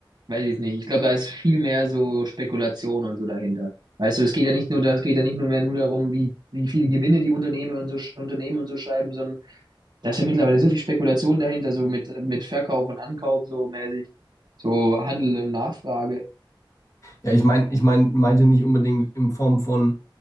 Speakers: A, on the right (about 55°); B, on the left (about 40°).
A: weiß ich nicht. Ich glaube, da ist viel mehr so Spekulation und so dahinter. Weißt du, es geht ja nicht nur, das geht ja nicht nur mehr nur darum, wie, wie viele Gewinne die Unternehmen und so, sch- Unternehmen und so schreiben, sondern da ist ja mittlerweile so viel Spekulation dahinter, so mit, mit Verkauf und Ankauf, so mäßig, so Handel und Nachfrage.
B: Ja, ich meine, ich mein, meinte nicht unbedingt in Form von,